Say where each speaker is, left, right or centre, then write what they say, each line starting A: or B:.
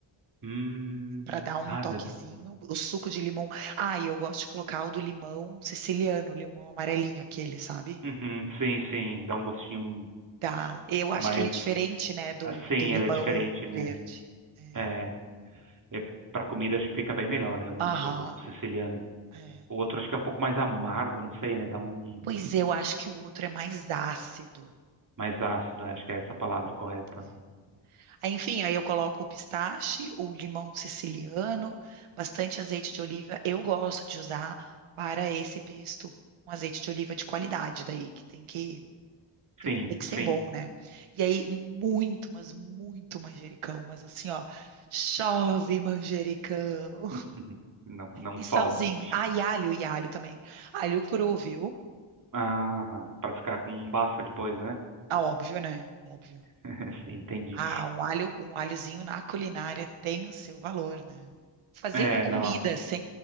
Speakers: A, on the right; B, on the right.
A: Hum.
B: para dar um
A: Ah,
B: toquezinho.
A: deve...
B: O suco de limão. Ah, e eu gosto de colocar o do limão siciliano, o limão amarelinho, aquele, sabe?
A: uhum, sim, sim. Dá um gostinho
B: Tá. Eu acho
A: mais
B: que ele é diferente, né, do,
A: assim,
B: do limão
A: ela é diferente, né?
B: verde. É.
A: É, é para comida acho que fica bem melhor, realmente,
B: Aham.
A: o, o siciliano.
B: é.
A: O outro acho que é um pouco mais amargo, não sei, né? Dá um
B: Pois eu acho que o outro é mais ácido.
A: mais ácido, né? Acho que é essa a palavra correta.
B: É. Aí, enfim, aí eu coloco o pistache, o limão siciliano, bastante azeite de oliva. Eu gosto de usar para esse pesto um azeite de oliva de qualidade, daí que tem que Tem
A: Sim,
B: que ser
A: sim.
B: bom, né? E aí, muito, mas muito manjericão. Mas assim, ó, chove manjericão.
A: <laughs> Não, não
B: E salzinho.
A: falta.
B: Ah, e alho, e alho também. Alho cru, viu?
A: Ah, para ficar com um bafo depois, né?
B: Ah, óbvio, né? Óbvio.
A: <laughs> Sim, entendi.
B: Ah, um alho, um alhozinho na culinária tem o seu valor, né? Fazer
A: É,
B: comida
A: não.
B: sem.